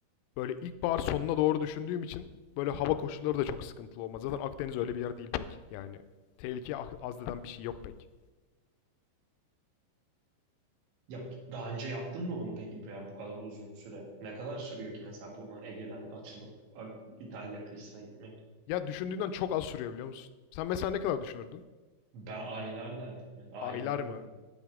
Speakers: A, on the left; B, on the right.
A: Böyle ilkbahar sonuna doğru düşündüğüm için böyle hava koşulları da çok sıkıntılı olmaz. Zaten Akdeniz öyle bir yer değil pek. Yani tehlike az deden bir şey yok pek.
B: Yap, daha önce yaptın mı bunu peki yani bu kadar uzun süre? Ne kadar sürüyor ki mesela buradan Ege'den açılıp a- İtalya kıyısına gitmek?
A: Ya düşündüğünden çok az sürüyor biliyor musun? Sen mesela ne kadar düşünürdün?
B: Ben aylar derdim. Yani aylar
A: Aylar mı?
B: derdim.